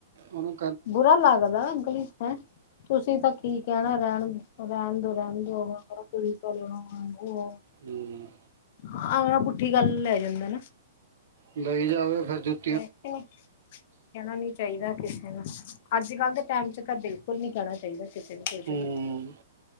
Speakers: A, on the right; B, on the left.
A: ਔ ਨੂੰ
B: ਬੁਰਾ ਲੱਗਦਾ ਗਲੀ ਚ, ਐ ਤੁਸੀਂ ਤਾਂ ਕੀ ਕਹਿਣਾ ਰਹਿਣ ਦੋ ਰਹਿਣ ਦੋ, ਰਹਿਣ ਦੋ ਪੁਲਿਸ ਵਾਲੇ ਆਉਣਾ ਏ।
A: ਹੂੰ।
B: ਆਹੋ, ਬੁੱਟਿਕ ਆਲੇ ਲੈ ਜਾਂਦਾ ਨਾ?
A: ਲਈ ਜਾਵੇ, ਫਿਰ ਜੁ
B: ਹੈ ਕਿ ਨਹੀ? ਕਹਿਣਾ ਨੀ ਚਾਹੀਦਾ ਕਿਸੇ ਨੂੰ, ਅੱਜ - ਕੱਲ ਦੇ ਟਾਈਮ 'ਚ ਤਾਂ, ਬਿਲਕੁਲ ਨੀ ਕਹਿਣਾ ਚਾਹੀਦਾ। ਕਿਸੇ ਨੂੰ ਕੁਛ
A: ਹੂੰ
B: ਨਹੀ,